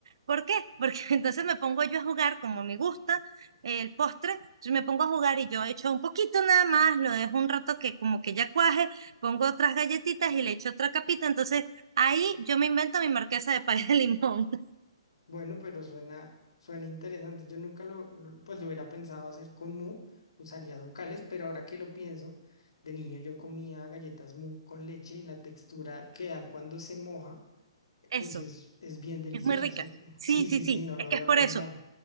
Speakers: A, on the right; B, on the left.
A: ¿Por qué? Porque <laughs> entonces me pongo yo a jugar como me gusta eh, el postre, entonces me pongo a jugar y yo echo un poquito nada más, lo dejo un rato que como que ya cuaje, pongo otras galletitas y le echo otra capita, entonces ahí yo me invento mi marquesa de pay de limón. <laughs>
B: bueno, pero suena, suena interesante. Yo nunca lo, lo- pues lo hubiera pensado hacer con mu, usaría ducales, pero ahora que lo pienso, de niño yo comía galletas mu con leche y la textura que da cuando se moja,
A: Eso,
B: pues es, es bien deliciosa.
A: es muy rica.
B: Su-
A: Sí,
B: Sí, sí,
A: sí,
B: sí,
A: sí,
B: no lo
A: es
B: había
A: que es por
B: pensado.
A: eso.